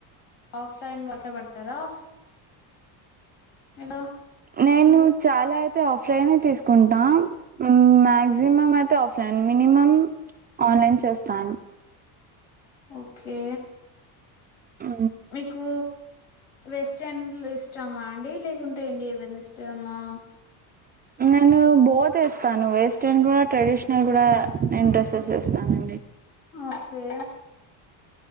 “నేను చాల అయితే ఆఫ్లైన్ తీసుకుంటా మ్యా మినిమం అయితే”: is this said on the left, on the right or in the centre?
Right